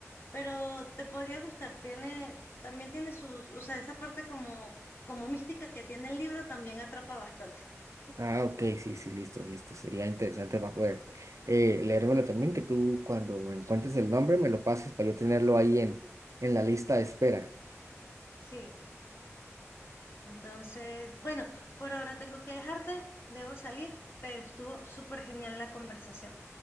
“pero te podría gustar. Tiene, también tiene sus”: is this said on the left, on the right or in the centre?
Left